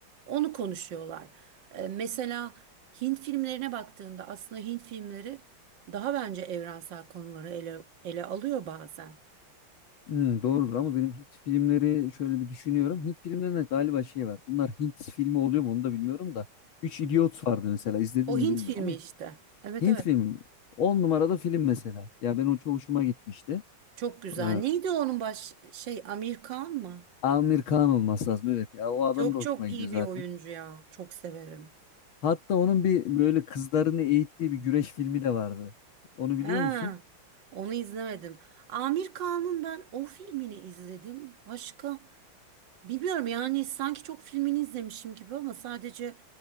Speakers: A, on the right; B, on the left.
A: onu konuşuyorlar. E, mesela Hint filmlerine baktığında aslında Hint filmleri daha bence evrensel konuları ele, ele alıyor bazen.
B: Hmm, doğrudur ama benim Hint filmleri şöyle bir düşünüyorum. Hint filmlerinde galiba şey var. Bunlar Hint filmi oluyor mu onu da bilmiyorum da. Üç İdiot vardı mesela izledin
A: O
B: mi
A: Hint
B: bilmiyorum
A: filmi
B: ama
A: işte. Evet
B: Hint
A: evet.
B: filmi 10 numarada film mesela. Ya ben o çok hoşuma gitmişti.
A: Çok güzel.
B: Ee,
A: Neydi onun baş şey Amir Khan mı?
B: Amir Khan olması lazım evet ya o adam
A: Çok
B: da hoşuma
A: çok
B: gidiyor
A: iyi
B: zaten.
A: bir oyuncu ya. Çok severim.
B: Hatta onun bir böyle kızlarını eğittiği bir güreş filmi de vardı. Onu biliyor
A: Ha,
B: musun?
A: onu izlemedim. Amir Khan'ın ben o filmini izledim. Başka bilmiyorum yani sanki çok filmini izlemişim gibi ama sadece